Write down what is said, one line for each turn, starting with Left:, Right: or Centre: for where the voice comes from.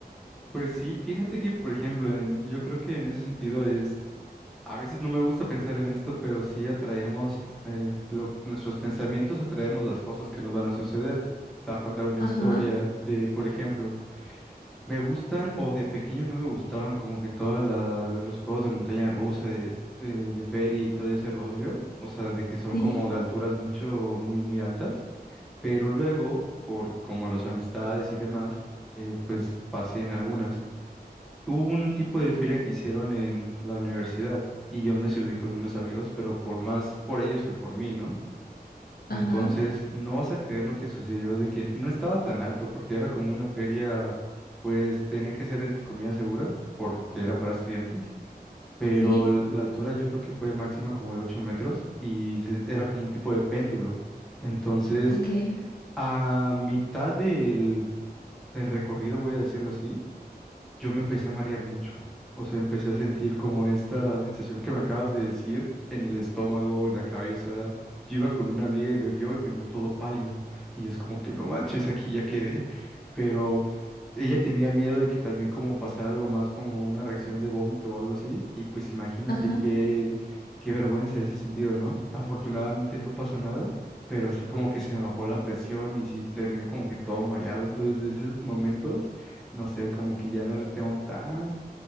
Centre: Pues sí, fíjate que, por ejemplo, en- yo creo que en ese sentido es, a veces no me gusta pensar en esto, pero sí atraemos, eh, lo- nuestros pensamientos atraemos las cosas que nos van a suceder. Te voy a contar una
Left: Ajá,
Centre: historia de, por ejemplo, me gustan o de pequeño no me gustaban como que todos los juegos de montaña rusa, de, eh, de ferry y todo ese rollo, o sea, de que son
Left: sí,
Centre: como de alturas mucho, muy, muy altas. pero luego, por como las amistades y demás, eh, pues pasé en algunas. Hubo un tipo de feria que hicieron en la universidad y yo me subí con unos amigos, pero por más por ellos que por mí, ¿no?
Left: ajá,
Centre: Entonces, no vas a creer lo que sucedió de que no estaba tan alto porque era como una feria, pues tenían que ser entre comillas seguras porque era para estudiantes, pero
Left: sí,
Centre: l- la altura yo creo que fue máxima como de 8 metros y se- era como un tipo de péndulo. Entonces,
Left: ok,
Centre: a mitad del, del recorrido, voy a decirlo así, yo me empecé a marear mucho. O sea, empecé a sentir como esta sensación que me acabas de decir en el estómago, en la cabeza. Yo iba con una amiga y me vio y me vio todo pálido. Y es como que no manches, aquí ya quedé. Pero ella tenía miedo de que también como pasara algo más, como una reacción de vómito o algo así. Y pues imagínate
Left: ajá.
Centre: qué, qué vergüenza ese sentido, ¿no? Afortunadamente no pasó nada, pero sí como que se me bajó la presión y sí terminé como que todo mareado. Entonces, desde esos momentos no sé, como que ya no le tengo tanto